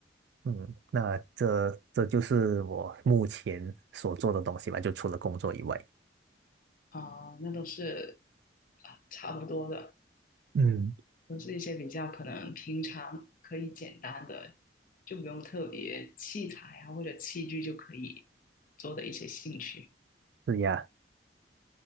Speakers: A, on the right; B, on the left.
A: 嗯，那这这就是我目前所做的东西吧，就除了工作以外。
B: 啊、那都是啊，差不多的。
A: 嗯，
B: 都是一些比较可能平常可以简单的，就不用特别器材啊或者器具就可以做的一些兴趣
A: 是呀。